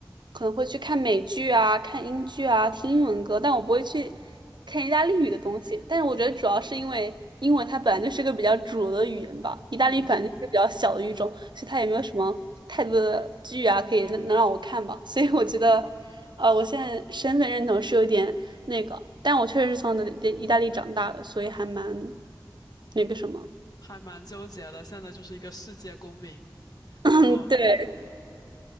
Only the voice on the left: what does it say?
嗯
嗯，
还蛮纠结的。现在就是一个世界公民。
然后，